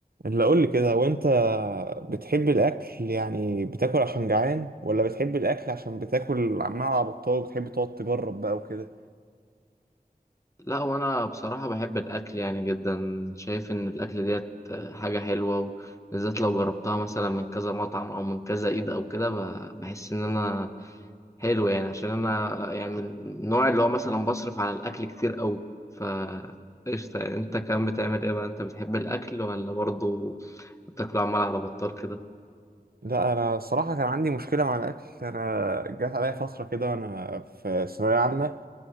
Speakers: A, on the right; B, on the left.
A: اللي اقول لي كده هو انت بتحب الاكل يعني بتاكل عشان جعان ولا بتحب الاكل عشان بتاكل عمال على بطال وبتحب تقعد تجرب بقى وكده
B: لا وانا بصراحة بحب الاكل يعني جدا شايف ان الاكل ديت حاجة حلوة بالذات لو جربتها مثلا من كذا مطعم او من كذا ايد او كده ب- بحس ان انا حلو يعني عشان انا يعني من النوع اللي هو مثلا بصرف على الاكل كتير قوي ف قشطة يعني. انت كمان بتعمل ايه بقى انت بتحب الاكل ولا برضه بتاكله عمال على بطال كده
A: لا انا الصراحه كان عندي مشكله مع الاكل انا جات عليا فتره كده وانا في ثانويه عامه